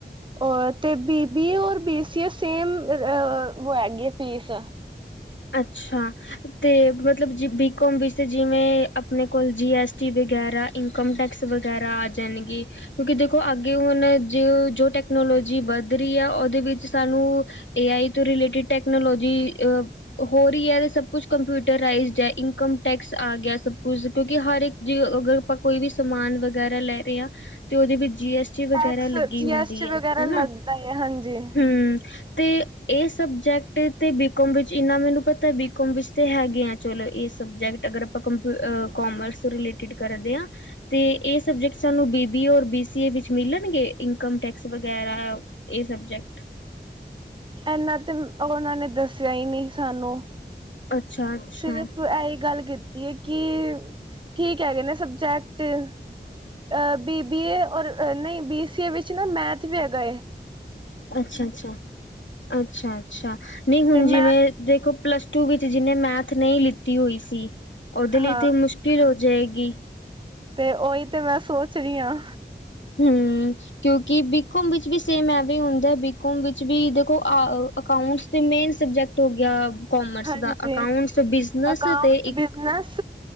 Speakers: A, on the right; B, on the left.
A: ਔਰ ਤੇ ਬੀ ਬੀ ਏ ਔਰ ਬੀ ਸੀ ਏ ਸੇਮ ਅ-ਓ ਹੈਗੀ ਫੀਸ।
B: ਅੱਛਾ! ਤੇ ਮਤਲਬ ਜ ਬੀਕੋਮ ਵਿੱਚ ਤੇ ਜਿਵੇਂ ਆਪਣੇ ਕੋਲ ਜੀ ਐਸ ਟੀ ਵਗੈਰਾ ਇਨਕਮ ਟੈਕਸ ਵਗੈਰਾ ਜਾਨੀ ਕਿ ਕਿਉਂਕਿ ਦੇਖੋ ਅੱਗੇ ਹੁਣ ਜ-ਜੋ ਟੈਕਨੋਲੋਜੀ ਵੱਧ ਰੀ ਐ, ਓਦੇ ਵਿੱਚ ਸਾਨੂੰ ਏ ਆਈ ਤੋਂ ਰਿਲੇਟਿਡ ਟੈਕਨੋਲੋਜੀ ਅ ਹੋ ਰੀ ਐ ਤੇ ਸਭ ਕੁਛ ਕੰਪਿਊਟਰਈਜ਼ਡ ਐ, ਇਨਕਮ ਟੈਕਸ ਆ ਗਿਆ ਸਭ ਕੁਝ ਕਿਉਂਕਿ ਹਰ ਇੱਕ ਜੀ ਅਗਰ ਆਪਾਂ ਕੋਈ ਵੀ ਸਮਾਨ ਵਗੈਰਾ ਲੈ ਰੇ ਆਂ ਤੇ ਓਦੇ ਵਿੱਚ ਜੀ ਐਸ ਟ ਟੀ ਵਗੈਰਾ
A: ਟੈਕਸ
B: ਲੱਗੀ
A: ਜੀ
B: ਹੁੰਦੀ
A: ਐਸ ਟੀ
B: ਹੈ
A: ਵਗੈਰਾ
B: ਹਨਾ,
A: ਲੱਗਦਾ ਹੈ ਹਾਂਜੀ
B: ਹੂੰ ਤੇ ਏ ਸਬਜੈਕਟ ਤੇ ਬੀਕੋਮ ਵਿੱਚ ਜ ਇੰਨਾ ਮੈਨੂੰ ਪਤਾ ਬੀਕੌਮ ਵਿੱਚ ਤੇ ਹੈਗਿਆਂ ਚਲੋ ਏ ਸਬਜੈਕਟ ਅਗਰ ਆਪਾਂ ਕੰਪਿਊ-ਅ-ਕੋਮਰਸ ਰਿਲੇਟ ਟਿੱਡ ਕਰਦੇ ਆਂ। ਤੇ ਏ ਸਬਜੈਕਟ ਸਾਨੂੰ ਬੀ ਬੀ ਏ ਔਰ ਬੀ ਸੀ ਏ ਵਿੱਚ ਮਿਲਣਗੇ ਇਨਕਮ ਟੈਕਸ ਵਗੈਰਾ? ਏ ਸਬਜੈਕਟ।
A: ਐਨਾ ਤੇ ਓਨਾਂ ਨੇ ਦੱਸਿਆ ਈ ਨੀਂ ਸਾਨੂੰ।
B: ਅੱਛਾ ਅੱਛਾ
A: ਸਿਰਫ ਇਹੀ ਗੱਲ ਕੀਤੀ ਹੈ, ਕਿ ਠੀਕ ਹੈਗੇ ਨੇ ਸਬਜੈਕਟ। ਤੇ ਅ ਬੀਬੀਏ ਔਰ ਨਹੀਂ ਬੀਸੀਏ ਵਿੱਚ ਨਾ ਮੈਥ ਵੀ ਹੈਗਾ ਐ।
B: ਅੱਛਾ-ਅੱਛਾ-ਅੱਛਾ-ਅੱਛਾ ਨਹੀਂ ਹੁਣ
A: ਤੇ
B: ਜਿਵੇਂ
A: ਮੈਂ
B: ਦੇਖੋ ਪਲੱਸ ਟੂ ਵਿੱਚ ਜਿਹਨੇ ਮੈਥ ਨਹੀਂ ਲਿੱਤੀ ਹੋਈ ਸੀ, ਉਹਦੇ ਲਈ
A: ਹਾਂ
B: ਤੇ ਮੁਸ਼ਕ ਕਿੱਲ ਹੋ ਜਾਏਗੀ।
A: ਤੇ ਓਹੀ ਤੇ ਮੈਂ ਸੋਚ ਰਹੀ ਹਾਂ।
B: ਹਮ। ਕਿਉਂਕਿ ਬੀਕੋਮ ਵਿੱਚ ਵੀ ਸੇਮ ਐਵੇ ਹੁੰਦਾਂ ਏ। ਬੀਕੋਮ ਵਿੱਚ ਵੀ ਦੇਖੋ ਅਕਾਊਂਟਸ ਮੇਨ ਸਬਜੈਕਟ ਹੋ ਗਿਆ ਕੋਮਰਸ
A: ਹਾਂਜੀ
B: ਦਾ ਅਕਾਊਂਟਸ ਬਿਜ਼ਨਸ
A: ਅਕਾਂਟਸ
B: ਤੇ ਇਕ
A: ਬਿਜਨਸ